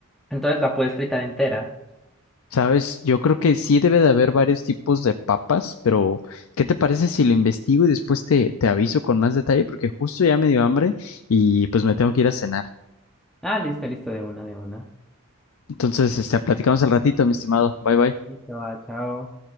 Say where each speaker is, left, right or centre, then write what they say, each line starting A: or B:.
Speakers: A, in the centre; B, on the left (about 70°).
A: entonces la puedes fritar entera.
B: Sabes, yo creo que sí debe de haber varios tipos de papas, pero ¿qué te parece si lo investigo y después te, te aviso con más detalle? Porque justo ya me dio hambre y pues me tengo que ir a cenar.
A: Ah, listo, listo, de una, de una.
B: Entonces, este, platicamos al ratito, mi estimado. Bye bye.
A: Listo, va, chao.